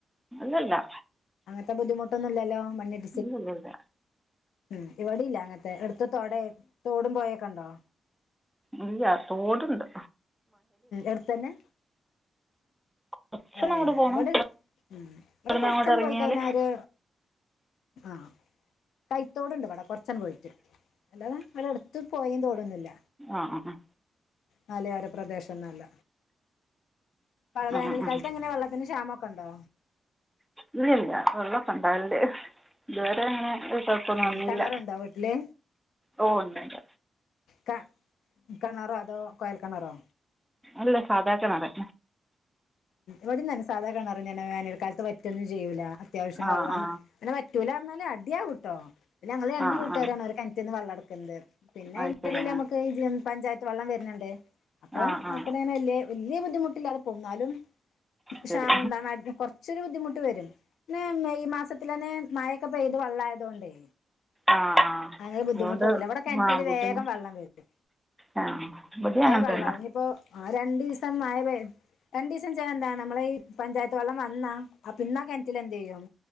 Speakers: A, in the centre; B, on the left (about 85°).
A: ഇല്ലല്ല.
B: ൻത്തെ ബുദ്ധിമുട്ടൊന്നുല്ലല്ലോ മണ്ണിടി
A: ഒന്നുല്ല
B: ഉം ഇവടീല്ല അങ്ങൻത്തെ എടുത് തൊടേ തോടും പോഴേക്കെണ്ടോ
A: ഇല്ല ത്തോട്ണ്ട്.
B: എട്തന്നെ?
A: കുറച്ചൊന്നങ്ങോട്ട്
B: അല്ല
A: പോകണം
B: ഇവടെ ഉം ഇവിടെ
A: ഇവിടുന്ന്
B: കൊറച്ചാണ്ട്
A: അങ്ങോട്ട് ഇറങ്ങിയാൽ
B: പോയി കയഞ്ഞാര് ആഹ് ത്തോട്ണ്ട് ഇബടെ കുറച്ചണ്ട് പോയിട്ട് അല്ലാതെ ഇവടെ അടുത്ത് പോയിം തോടൊന്നുല്ല.
A: ആഹ് ആഹ്
B: മലയോര പ്രദേശന്നുംല്ല.
A: ആ
B: വേനൽക്കാലത്ത്
A: ആ
B: എങ്ങനെ വെള്ളത്തിന് ക്ഷമൊക്കെ ഇണ്ടോ?
A: ഇല്ല വെള്ളൊെക്കെ ഇണ്ടാവല്ണ്ട് ഇതുവരെ അങ്ങനെ. ത് കൊഴപ്പൊന്നും
B: ഉം
A: വന്നില്ല
B: കിണറുണ്ടോ വീട്ടില്
A: ഓ ഇണ്ട്.
B: ക കെണാറോ അതോ കോയൽ കെണറോ.
A: അല്ല സാധാ കെണറ്.
B: വടിം തന്നെ സാധാ കെണറനെണ്‌ വേനൽക്കാലത്ത് വറ്റൊന്നും ചെയ്യൂല അത്യാവശ്യം
A: ആ
B: വെള്ളം
A: ആ
B: പിന്നെ വറ്റൂല ർഞാല് അടിയാവുട്ടോ. ങ്ങങ്ങള് രണ്ട്
A: ആ
B: വീട്ടുകാരാണ്
A: ആ
B: ഒരു കെൺറ്റിന്ന് വള്ളംട്ക്ക്ണത് പിന്നെ
A: അത്
B: അയ്ന്റെ
A: ശരി
B: എടേല് നമുക്ക് ജ് പഞ്ചായ വെള്ളം വര്ന്ണ്ട് അപ്പൊ
A: ആ ആ ആ
B: അവക്കൂടെ ഇങ്ങനെ വ വല്യ ബുദ്ധിമുട്ടില്ലാതെ പോവും ന്നാലും.
A: ശരി
B: ഷാമം എന്താ കുറച്ചൊരു ബുദ്ധിമുട്ട് വരും പിന്നെ മെയ് മാസ ത്തിലന്നെ മഴക്കെ പെയ്ത് വെള്ളായതോണ്ടേ.
A: ആ ആ
B: അങ്ങനെ ബുദ്ധിമുട്ട്
A: അതുകൊണ്ട്
B: ഒന്നുല്ല ഇവിടെ കെണറ്റില്
A: ആ ബുദ്ധിമുട്ട്
B: വേഗം വള്ളം വരും.
A: ആ ഇവിടെയും അങ്ങനെ
B: വള്ളാവും
A: തന്നെ
B: ഇനിപ്പോ ആഹ് രണ്ടിസം ആഹ് രണ്ടിസ് ച്ചാ എന്താണ് നമ്മളെ ഈ പഞ്ചായത്ത് വെള്ളം വന്നാ അ പിന്നെ ആഹ് കെൻറ്റിലെ എന്തെയ്യും.